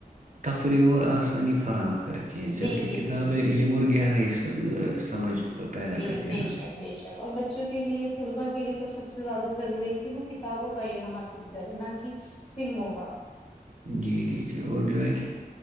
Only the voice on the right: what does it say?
تفریح اور آسانی فراہم کرتی ہیں جب
کی
کتاب
ہے علم اور گہ رہا سمجھ پیدا
کرتی
ہیں نا
جی جی جی اور جو ہے کہ